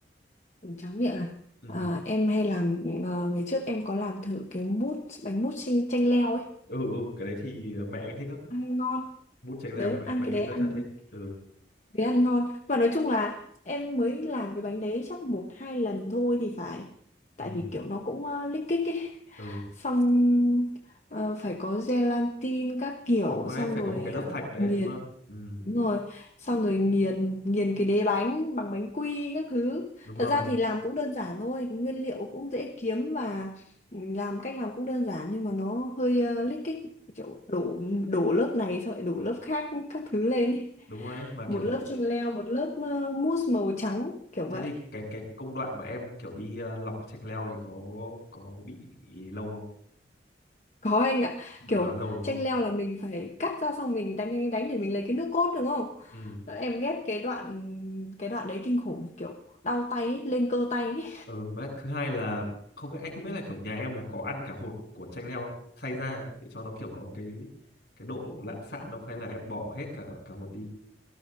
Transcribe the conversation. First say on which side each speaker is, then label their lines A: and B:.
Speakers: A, on the left; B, on the left.
A: Ủa, tráng miệng à?
B: ừ
A: À, em hay làm ờ, ngày trước em có làm thử cái mút bánh mút chanh chanh leo ấy,
B: ừ ừ cái đấy thì mẹ anh thích lắm
A: ăn ngon.
B: mút chanh
A: Đấy,
B: leo thì mẹ
A: ăn
B: mẹ
A: cái
B: anh
A: đấy
B: rất
A: ăn
B: là thích ừ
A: đấy ăn ngon. và nói chung là em mới làm cái bánh đấy chắc một hai lần thôi thì phải.
B: ừ
A: Tại vì kiểu nó cũng uh, lích kích ấy.
B: ừ
A: Xong ờ, phải có gelatin các kiểu
B: đúng rồi
A: xong
B: đấy phải
A: rồi
B: có một cái lớp
A: ờ,
B: thạch đấy
A: nghiền
B: đúng không ừ
A: Đúng rồi, xong rồi nghiền nghiền cái đế bánh bằng bánh quy các thứ.
B: đúng
A: Thật
B: rồi
A: ra thì làm cũng đơn giản thôi, nguyên liệu cũng dễ kiếm và ừ, làm cách làm cũng đơn giản nhưng mà nó hơi ờ, lích kích kiểu đổ đổ lớp này xong lại đổ lớp khác các thứ lên ý.
B: đúng rồi đấy mà
A: Một
B: kiểu
A: lớp chanh leo, một lớp ờ, mousse màu trắng kiểu
B: thế
A: vậy.
B: thì cái cái công đoạn mà em kiểu đi ờ, lọc chanh leo thì có có bị lâu không
A: Có anh ạ,
B: được
A: kiểu
B: nó lâu đúng không
A: chanh leo là mình phải cắt ra xong mình đánh đánh đánh để mình lấy cái nước cốt đúng không?
B: ừ
A: Em ghét cái đoạn cái đoạn đấy kinh khủng kiểu đau tay ấy, lên cơ tay ấy.
B: ừ, với lại thứ hai là không biết anh không biết là kiểu nhà em là có ăn cả hột của chanh leo không xay ra ấy, để cho nó kiểu có cái cái độ lạn sạn không hay là em bỏ hết cả cả hột đi